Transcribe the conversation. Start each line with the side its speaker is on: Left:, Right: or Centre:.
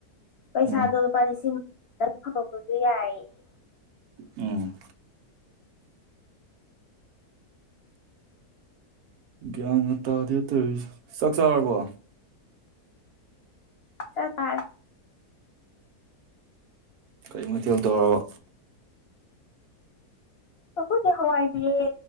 Left: ꯄꯩꯁꯥꯗꯣ
Right: ꯎꯝ
Left: ꯂꯨꯄꯥ ꯂꯤꯁꯤꯡ ꯑꯗꯨ ꯌꯥꯢꯌꯦ
Right: ꯎꯝ ꯒ꯭ꯌꯥꯟ ꯉꯥ ꯇꯥꯗꯦ ꯇꯧꯔꯤꯁꯤ ꯆꯥꯛ ꯆꯥꯔꯕꯣ
Left: ꯆꯥ ꯆꯥꯔꯦ
Right: ꯀꯔꯤ ꯃꯩꯊꯦꯜ ꯇꯧꯔꯕ
Left: ꯑꯩꯈꯣꯏꯗꯤ ꯍꯋꯥꯏꯕꯤꯔꯦ